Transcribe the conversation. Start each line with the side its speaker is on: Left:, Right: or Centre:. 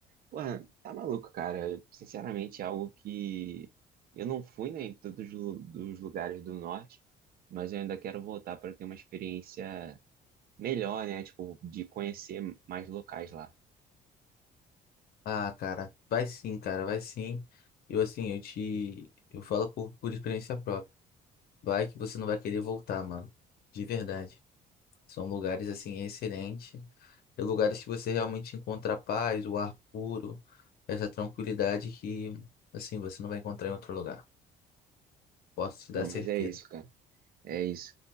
Right: Pô, tá maluco, cara. Sinceramente, é algo que eu não fui, né, em todos os lu- dos lugares do norte, mas eu ainda quero voltar para ter uma experiência melhor, né, tipo, de conhecer mais locais lá.
Left: Ah, cara, vai sim, cara, vai sim. Eu assim, eu te, eu falo por, por experiência própria. Vai que você não vai querer voltar, mano. De verdade. São lugares assim excelentes, é lugares que você realmente encontra a paz, o ar puro, essa tranquilidade que assim você não vai encontrar em outro lugar. Posso te
Right: Não,
Left: dar certeza.
Right: mas é isso, cara. É isso.